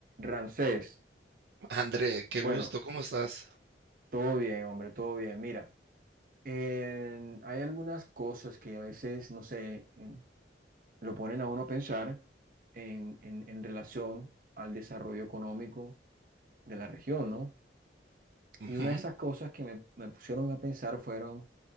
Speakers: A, on the right; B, on the right.
A: Ramsés,
B: André, qué
A: bueno,
B: gusto, ¿cómo estás?
A: todo bien, hombre, todo bien. Mira, en- hay algunas cosas que a veces, no sé, en- lo ponen a uno a pensar en, en, en relación al desarrollo económico de la región, ¿no?
B: Ujú,
A: Y una de esas cosas que me, me pusieron a pensar fueron